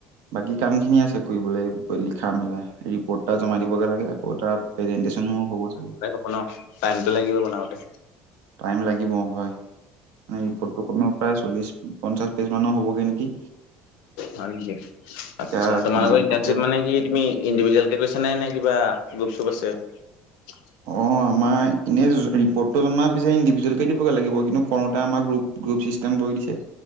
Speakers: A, on the right (about 75°); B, on the left (about 75°).
A: বাকী কাম খিনি আছে কৰিবলৈ লিখা-মেলা ৰিপৰ্ট ত জমা দিবগে লাগে আকৌ টা প্ৰেজেনট্ৰেচনো হ'ব চাগে
B: বনা টাইমটো লাগিবই বনাওতে
A: টাইম লাগিব হয় মানে ৰিপৰ্টো কমেও প্ৰায় চল্লিশ, পঞ্চাশ পেজ মানৰ হ'বগে নেকি
B: হয় নেকি আটচ্ছা
A: এতিয়া
B: তোমালোকৰ
A: কিমান
B: ইণ্টাৰ্নশ্বিপ
A: থাকে
B: মানে কি তুমি ইণ্ডিভিজুৱেলকে কৈছা নে কিবা গ্ৰুপ- চুপ আছে <unintelligible>
A: অঁ আমাৰ এনেই ৰিপৰ্টটো জমাৰ পিছে ইণ্ডিভিজুৱেলকে দিবগে লাগিব কিন্তু কৰোতে আমাৰ গ্ৰুপ গ্ৰুপ চিষ্টেম কৰি দিছে